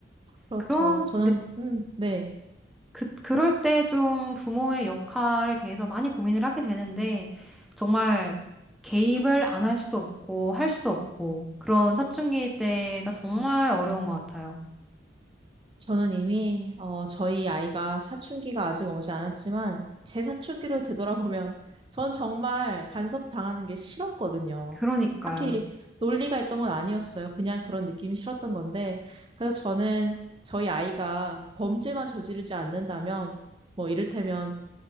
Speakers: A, on the right; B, in the centre.
A: 그렇죠.
B: 그런,
A: 저는,
B: 네,
A: 음, 네.
B: 그, 그럴 때 좀 부모의 역할에 대해서 많이 고민을 하게 되는데 정말 개입을 안 할 수도 없고 할 수도 없고 그런 사춘기 때가 정말 어려운 것 같아요.
A: 저는 이미, 어, 저희 아이가 사춘기가 아직 오지 않았지만, 제 사춘기를 되돌아보면, <laughs> 전 정말 간섭당하는 게 싫었거든요.
B: 그러니까요.
A: 딱히 논리가 있던 건 아니었어요. 그냥 그런 느낌이 싫었던 건데, 그래서 저는 저희 아이가 범죄만 저지르지 않는다면, 뭐, 이를테면,